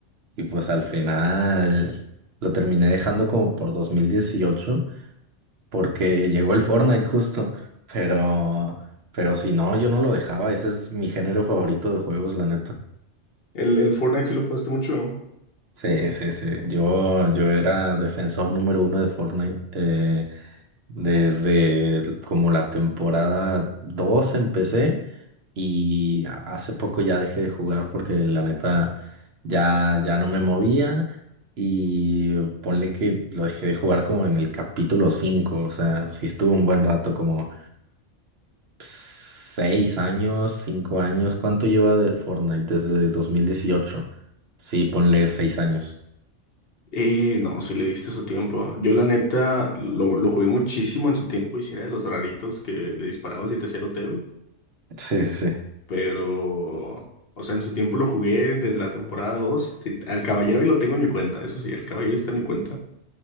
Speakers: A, on the right; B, on the left.
A: y pues al final lo terminé dejando como por 2018 porque llegó el Fortnite justo, pero, pero si no, yo no lo dejaba, ese es mi género favorito de juegos, la neta.
B: El, el Fortnite sí lo jugaste mucho.
A: Sí, sí, sí. Yo, yo era defensor número uno de Fortnite. eh, desde el- como la temporada 2 empecé y a- hace poco ya dejé de jugar porque la neta ya, ya no me movía y ponle que lo dejé de jugar como en el capítulo 5, o sea, sí estuvo un buen rato, como 6 años, 5 años. ¿Cuánto lleva de Fortnite desde 2018? Sí, ponle 6 años.
B: Eh, no, sí le diste su tiempo. Yo la neta lo, lo jugué muchísimo en su tiempo y sí era de los raritos que le disparabas y te hacía el hotel.
A: Sí, sí.
B: pero, o sea, en su tiempo lo jugué desde la temporada dos Te- Al Caballero ahí lo tengo en mi cuenta, eso sí, el Caballero está en mi cuenta.